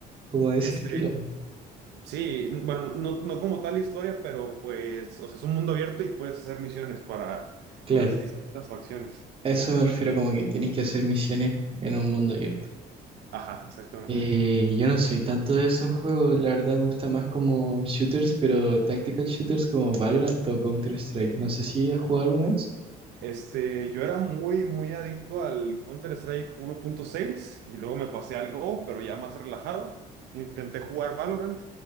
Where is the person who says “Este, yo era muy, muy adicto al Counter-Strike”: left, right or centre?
Right